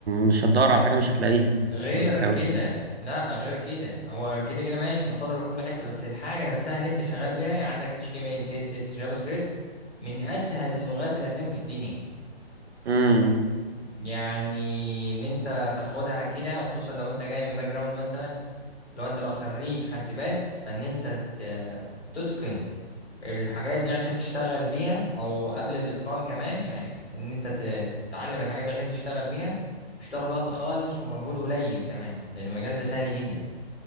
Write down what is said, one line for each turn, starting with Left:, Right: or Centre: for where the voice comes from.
Right: مش هتدور على حاجة مش هتلاقيها
Left: غير
Right: كمان
Left: كده لا غير كده هو كده كده ماشي مصادره في كل حته بس الحاجه نفسها اللي انت شغال بيها يعني عندك HTML CSS جافا سكريبت من اسهل اللغات اللي هتلاقيهم في الدنيا
Right: امم
Left: يعني ان انت تاخدها كده وخصوصا لو انت جاي من باك جراوند مثلا لو انت لو خريج حاسبات فان انت ت- تتقن الحاجات دي عشان تشتغل بيها او قبل الاتقان كمان يعني ان انت ت- تتعلم الحاجات دي عشان تشتغل بيها مش تاخد وقت خالص ومجهود قليل كمان لان المجال ده سهل جدا